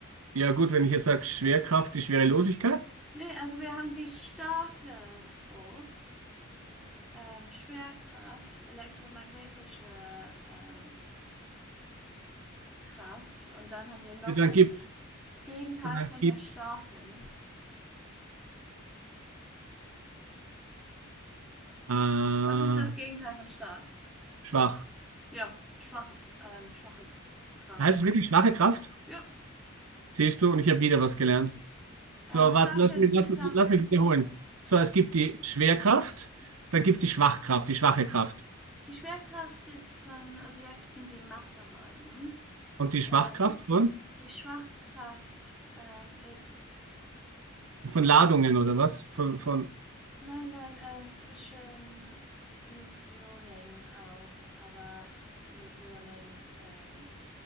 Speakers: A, on the right; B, in the centre.
A: Ja gut, wenn ich jetzt sage Schwerkraft, die Schwerelosigkeit.
B: Nee, also wir haben die starke Force, ähm, Schwerkraft, elektromagnetische ähm, Kraft und dann haben wir noch
A: Ja, Dann
B: eine.
A: gib,
B: Gegenteil
A: dann
B: von
A: gib.
B: der starken.
A: Äh,
B: Was ist das Gegenteil von stark?
A: schwach.
B: Ja, schwache, ähm, schwache Kraft.
A: Heißt es wirklich schwache Kraft?
B: Ja.
A: Siehst du, und ich habe wieder was gelernt. So,
B: Ähm,
A: warte,
B: starke
A: lass mich, lass,
B: Kraft.
A: mich- lass mich wiederholen. So, es gibt die Schwerkraft, dann gibt es die Schwachkraft, die schwache Kraft.
B: Die Schwerkraft ist von Objekten, die Masse haben.
A: Und die
B: Ähm,
A: Schwachkraft von,
B: die Schwachkraft ähm, ist
A: von
B: eine.
A: Ladungen oder was? Von, von
B: Nein, nein, ähm, zwischen Nukleonen auch, aber Nukleonen ähm,